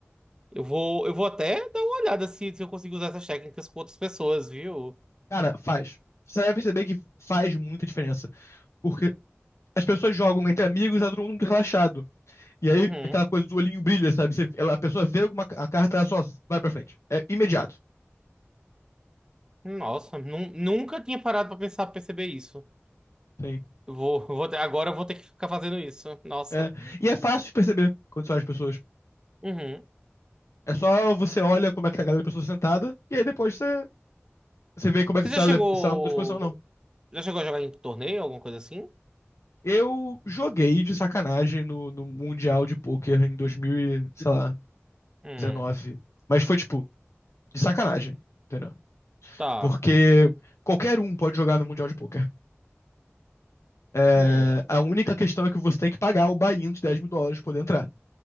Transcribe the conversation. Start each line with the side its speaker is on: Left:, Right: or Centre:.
Right: Eu vou, eu vou até dar uma olhada se, se eu consigo usar essas técnicas com outras pessoas, viu?
Left: Cara, faz. Você vai perceber que faz muita diferença. Porque as pessoas jogam entre amigos, e tá todo mundo muito relaxado. E aí,
Right: Uhum.
Left: aquela coisa do olhinho brilha, sabe? Você- ela- a pessoa vê alguma a carta, ela só vai pra frente. É imediato.
Right: Nossa, nu- nunca tinha parado pra pensar, pra perceber isso.
Left: Sim.
Right: Eu Vou, vou ter- agora eu vou ter que ficar fazendo isso. Nossa.
Left: É. E é fácil de perceber quando você olha as pessoas.
Right: Uhum.
Left: É só você olha como é que tá a galera da pessoa sentada, e aí depois você, você vê como é
Right: Você
Left: que se
Right: já
Left: ela,
Right: chegou,
Left: le- se ela mudou de posição ou não.
Right: já chegou a jogar em torneio, alguma coisa assim?
Left: Eu joguei de sacanagem no, no Mundial de Poker em 2000, e, sei lá,
Right: Hum,
Left: 19. Mas foi tipo, de sacanagem, entendeu?
Right: tá.
Left: Porque qualquer um pode jogar no Mundial de Poker. É,
Right: Hum,
Left: a única questão é que você tem que pagar o buy-in de dez mil dólares pra poder entrar.